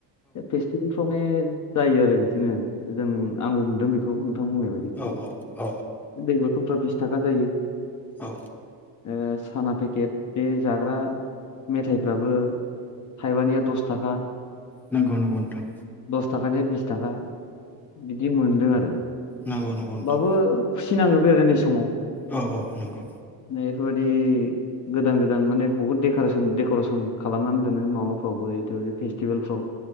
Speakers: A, on the left (about 40°); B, in the centre.
A: फेस्टिभेल <unintelligible> जायो आरो बिदिनो। जों आंबो मोनदों बेखौ नोंथां बुंनाय बायदि बेखौ
B: औ औ
A: दै बथलफ्रा बिस थाखा जायो।
B: औ
A: ओ साना पेकेट बे जाग्रा मेथायाइफ्राबो थाइबानिया दस थाखा।
B: नंगौ नंगौ नोथां।
A: दस थाखानिया बिस थाखा। बिदि मोनदों आरो
B: नंगौ नंगौ नोंथां
A: बाबो सिन आङो बेरायनाय समाव
B: औ औ नंगौ।
A: बेफोरबायदि गोदान गोदान माने बहुत दे करेसन, देकरेसन खालामनानै दोनो माबाफ्रावबो इथ' फेस्टिभेलफ्राव।